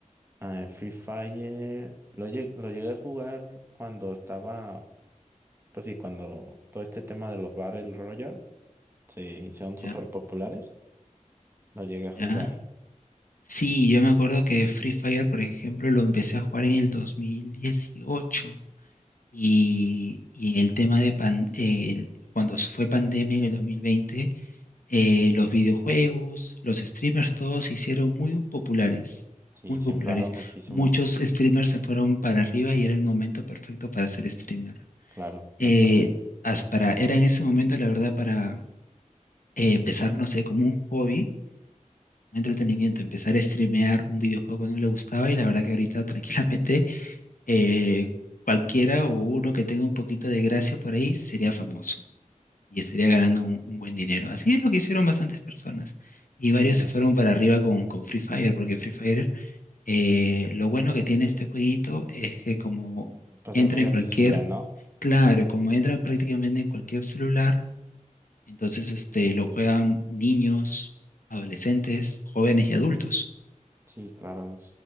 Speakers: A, on the right (about 15°); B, on the left (about 80°).
A: ah, Free Fire, lo, lle- lo llegué a jugar cuando estaba, pues sí, cuando todo este tema de los Battle Royale se hicieron súper
B: Ya,
A: populares, lo llegué a jugar.
B: ya. Sí, yo me acuerdo que Free Fire, por ejemplo, lo empecé a jugar en el 2018 y, y en el tema de pan- el- cuando fue pandemia en el 2020, eh, los videojuegos, los streamers, todos se hicieron muy populares,
A: Sí,
B: muy
A: se
B: populares.
A: inflaron muchísimo,
B: Muchos streamers se fueron para arriba y era el momento perfecto para ser streamer.
A: claro, recuerdo.
B: Eh, as- para, era en ese momento, la verdad, para eh, empezar, no sé, como un hobby, un entretenimiento, empezar a streamear un videojuego que no le gustaba y la verdad que ahorita <laughs> tranquilamente eh, cualquiera o uno que tenga un poquito de gracia por ahí sería famoso y estaría ganando un, un buen dinero. Así es lo que hicieron bastantes personas. Y
A: Sí,
B: varios se fueron para arriba con, con Free Fire, porque Free Fire, eh, lo bueno que tiene este jueguito es que como
A: pues
B: entra
A: es muy
B: en
A: accesible,
B: cualquier,
A: ¿no?
B: claro, como entra prácticamente en cualquier celular, entonces este, lo juegan niños, adolescentes, jóvenes y adultos.
A: Sí, claro.